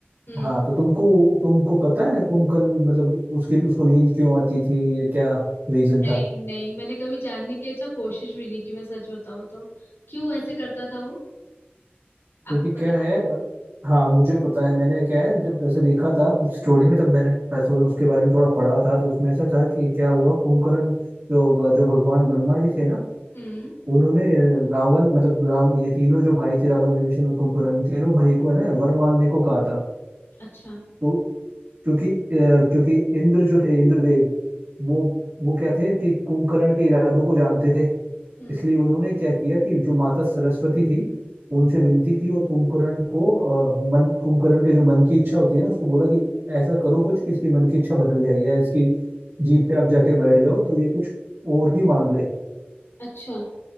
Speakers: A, on the left; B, on the right.
A: हम्म
B: हाँ तो तुमको तुमको पता है कुंभकर्ण मतलब उसकी उसको नींद क्यों आती थी ये क्या रीजन
A: नहीं
B: था
A: नहीं मैंने कभी जानने की अच्छा कोशिश भी नहीं की मैं सच बताऊँ तो क्यों ऐसे करता था वो आपको
B: क्योंकि क्या
A: पता है
B: है अ, हाँ मुझे पता है मैंने क्या है जब ऐसे देखा था उस स्टोरी में तब मैंने बस उसके बारे में थोड़ा पढ़ा था तो उसमें ऐसा था कि क्या हुआ कुंभकर्ण जो जो भगवान ब्रह्मा जी थे ना
A: हम्म
B: उन्होंने रावण मतलब राम ये तीनों जो भाई थे रावण विभीषण और कुंभकर्ण तीनों भाई को है ना वर मांगने को कहा था
A: अच्छा
B: तो क्योंकि अ, क्योंकि इंद्र जो थे इंद्रदेव वो वो क्या थे कि कुंभकर्ण के इरादों को जानते थे
A: हम्म
B: इसलिए उन्होंने क्या किया कि जो माता सरस्वती थी उनसे विनती की और कुंभकर्ण को अ, मन कुंभकर्ण के जो मन की इच्छा होती है ना उसको बोला कि ऐसा करो कुछ कि इसकी मन की इच्छा बदल जाए या इसकी जीप पे आप जाके बैठ जाओ तो ये कुछ और ही मांग ले
A: अच्छा